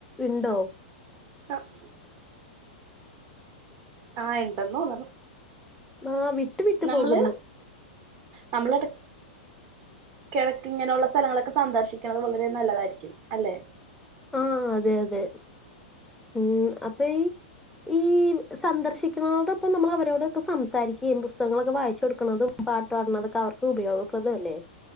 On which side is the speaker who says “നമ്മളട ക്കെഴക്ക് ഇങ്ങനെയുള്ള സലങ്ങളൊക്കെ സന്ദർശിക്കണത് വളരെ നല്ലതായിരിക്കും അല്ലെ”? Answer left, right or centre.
Right